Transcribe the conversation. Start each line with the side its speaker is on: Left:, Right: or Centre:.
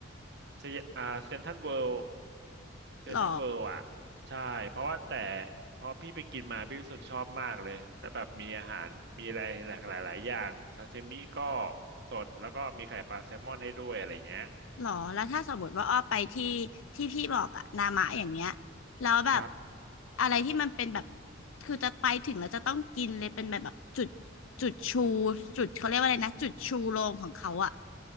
Right: เซอ่าเซ็นทรัลเวิลด์ เซนทรัลเวิลด์อ่ะใช่เพราะว่าแต่
Left: หรอ
Right: พอพี่ไปกินมาพี่รู้สึกชอบมากเลยแล้วแบบมีอาหารมีอะไรหลากหลายหลายอย่างซาชิมิก็สดแล้วก็มีไข่ปลาแซลมอนให้ด้วยอะไรเงี้ย
Left: หรอแล้วถ้าสมมติว่าอ้อไปที่ที่พี่บอกอะนามะอย่างเงี้ยแล้วแบบ
Right: ครับ
Left: อะไรที่มันเป็นแบบคือจะไปถึงแล้วจะต้องกินเลยเป็นแบบแบบจุดจุดชูจุดเขาเรียกว่าอะไรนะจุดชูโรงของเขาอะ